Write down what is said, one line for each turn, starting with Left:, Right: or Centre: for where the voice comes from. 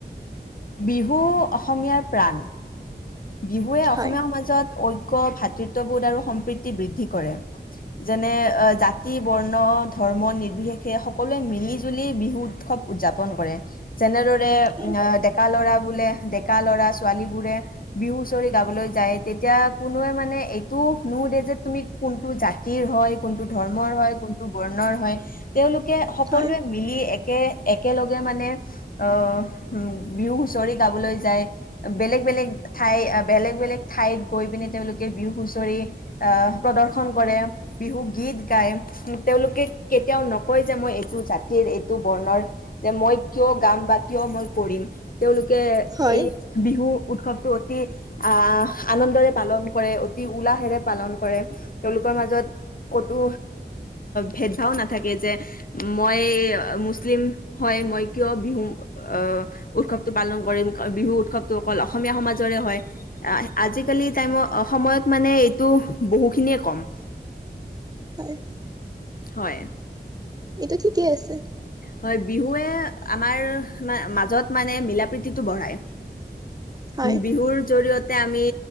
Left: বিহু অসমীয়াৰ প্ৰাণ। বিহুৱে অসমীয়া
Right: হয়
Left: সমাজত ঐক্য ভাত। তৃত্ববোধআৰু সম্প্ৰীতি বৃদ্ধি কৰে যেনে জাতি বৰ্ণ ধৰ্ম নিৰ্বিশেষে সকলোৱে মিলি জুলি বিহু উৎসৱ উদযাপন কৰে যেনেদৰে। উ
Right: হয়
Left: ডেকা ল'ৰা। বোলে ডেকা ল'ৰা ছোৱালী বোৰে বিহু হুঁচৰি গাবলৈ যায় তেতিয়া কোনোৱে মানে এইটো নোসুধে যে তুমি কোনটো জাতিৰ হয়। কোনটো ধৰ্মৰ হয় কোনটো বৰ্ণৰ হয়। তেওঁলোক। তেওঁলোকে সকলোৱে
Right: হয়,
Left: মিলি এক একে একেলগে মানে অ। হুম। বিহু হুঁচৰি গাবলৈ যায়। বেলেগ বেলেগ ঠাই বেলেগ বেলেগ ঠাইত গৈ পিনে তেওঁলোকে বিহু হুঁচৰি আহ প্ৰদৰ্শন কৰে। বিহু গীত গায়। তেওঁলোকে কেতিয়াও নকয় যে মই এইটো জাতিৰ, এইটো বৰ্ণৰ যে মই কিয় গাম বা কিয় মই কৰিম তেওঁলোক তেওঁৰ লোকে
Right: হয়,
Left: এই বিহু উৎসৱটো অতি আ - আনন্দৰে পালন কৰে। অতি উলাহেৰে পালন কৰে। তেওঁলোকৰ মাজত ক'তো ভেদভাৱ নাথাকে যে মই মুছলিম হয় মই কিয় বিহু অ উৎসৱটো পালন কৰিম। বিহু উৎসৱটো অকল অসমীয়া সমাজৰে হয় আহ আজিকালি টাইমত সময়ত মানে এইটো বহুখিনিয়ে কম
Right: হয়,
Left: হয়।
Right: এইটো ঠিকে আছে।
Left: হয় । বিহুৱে আমাৰ মা-মাজত মানে মিলা প্ৰীতিটো বঢ়ায়।
Right: হয়,
Left: বিহুৰ জৰিয়তে তে আমি